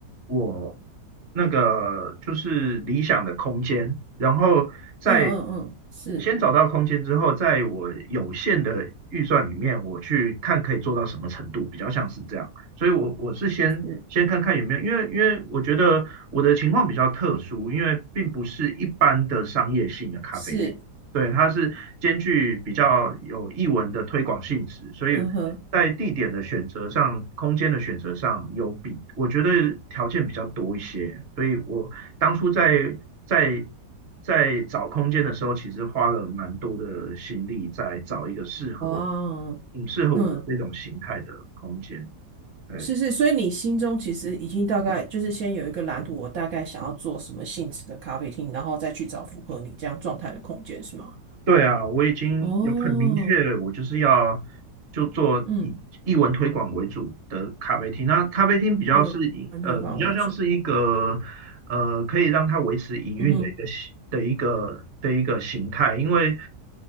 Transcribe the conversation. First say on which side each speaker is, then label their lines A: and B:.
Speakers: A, on the right (about 40°); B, on the right (about 60°).
A: 我那个就是理想的空间，然后再
B: 嗯嗯嗯，是。
A: 先找到空间之后，在我有限的预算里面，我去看可以做到什么程度，比较像是这样。所以我我是先先看看有没有，
B: 是
A: 因为因为我觉得我的情况比较特殊，因为并不是一般的商业性的咖啡厅，
B: 是，
A: 对，它是兼具比较有艺文的推广性质，所以在地点的选择上、
B: 嗯哼，
A: 空间的选择上有比我觉得条件比较多一些，所以我当初在在在找空间的时候，其实花了蛮多的心力在找一个适合
B: 哇，
A: 嗯适合我的这种形态的空间，
B: 嗯，
A: 对。
B: 是是，所以你心中其实已经大概就是先有一个蓝图，我大概想要做什么性质的咖啡厅，然后再去找符合你这样状态的空间，是吗？
A: 对啊，我已经有很明确我就是要就做以艺文推广为主的咖啡厅。
B: 哦，嗯，
A: 那咖啡厅比较是以呃比较像是一个呃可以让它维持营运的一个形的一个的一个形态，
B: 因为团队帮我做，嗯哼。
A: 因为